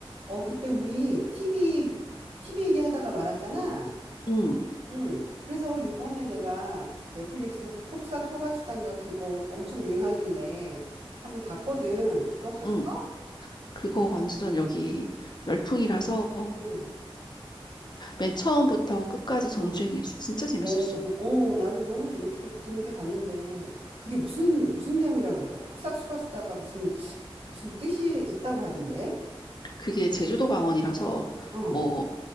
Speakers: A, on the right; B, on the left.
A: 어, 그때 우리 TV, TV 얘기하다가 말았잖아.
B: 응,
A: 응. 그래서 요번에 내가 그 넷플릭스에서 폭삭 소가수단가 그거 엄청 유행하길래 한번 봤거든. 너 봤어?
B: 응. 그거 완전 여기 열풍이라서
A: 응.
B: 맨 처음부터 끝까지 정주행했어.
A: 응.
B: 진짜 재밌었어.
A: 오, 오, 나도 너무 재밌게, 재밌게 봤는데, 그게 무슨, 무슨 내용이라 그러더라. 폭삭 소가수다가 무슨, 무슨 뜻이 있다고 하던데?
B: 그게 제주도 방언이라서
A: 어.
B: 뭐